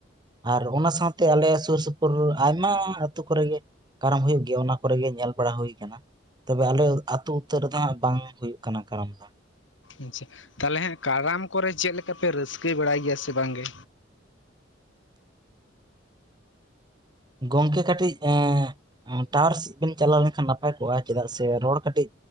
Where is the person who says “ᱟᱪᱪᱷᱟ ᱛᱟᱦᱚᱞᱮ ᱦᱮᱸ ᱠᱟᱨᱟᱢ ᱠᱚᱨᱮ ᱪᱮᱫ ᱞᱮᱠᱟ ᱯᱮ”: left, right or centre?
Left